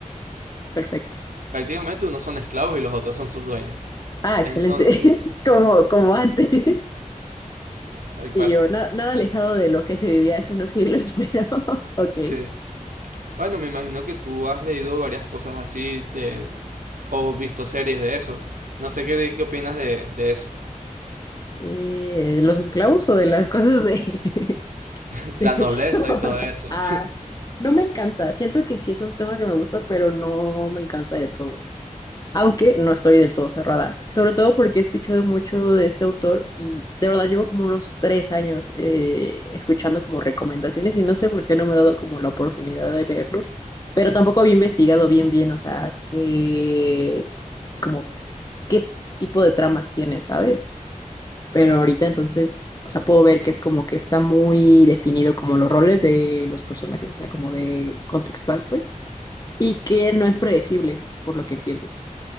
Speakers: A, on the left; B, on the right.
A: perfecto.
B: Prácticamente unos son esclavos y los otros son sus dueños.
A: Ah, excelente.
B: Entonces,
A: <laughs> Como, como antes.
B: tal cual.
A: Y yo, na- nada alejado de lo que se vivía hace unos siglos, <laughs> pero ok.
B: Sí. Bueno, me imagino que tú has leído varias cosas así de- o visto series de eso. No sé qué, qué opinas de, de eso.
A: Eh, ¿los esclavos o de las cosas de,
B: <laughs>
A: <laughs> de
B: La
A: ficción?
B: nobleza
A: <laughs>
B: y todo eso.
A: Ah, no me encanta. Siento que sí es un tema que me gusta, pero no me encanta de todo. aunque no estoy del todo cerrada, sobre todo porque he escuchado mucho de este autor y de verdad llevo como unos tres años eh, escuchando como recomendaciones y no sé por qué no me he dado como la oportunidad de leerlo, pero tampoco había investigado bien bien, o sea, que como qué tipo de tramas tiene, ¿sabes? Pero ahorita entonces, o sea, puedo ver que es como que está muy definido como los roles de los personajes, o sea, como de contextual, pues, y que no es predecible, por lo que entiendo. O